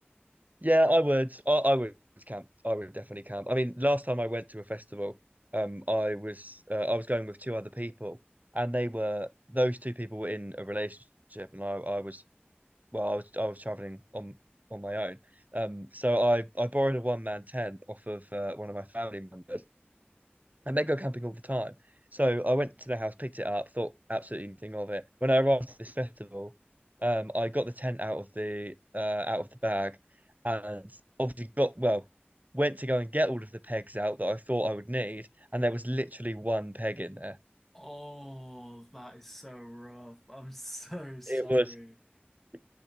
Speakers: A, on the right; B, in the centre.
A: Yeah, I would. I, I would camp. I would definitely camp. I mean, last time I went to a festival, um, I was uh, I was going with two other people, and they were those two people were in a relationship, and I I was well, I was I was traveling on on my own. Um, so I I borrowed a one man tent off of uh, one of my family members and they go camping all the time. So I went to their house, picked it up, thought absolutely nothing of it. When I arrived at this festival, um, I got the tent out of the uh, out of the bag, and obviously got well, went to go and get all of the pegs out that I thought I would need, and there was literally one peg in there.
B: Oh, that is so rough. I'm <laughs> so sorry.
A: It was, <laughs>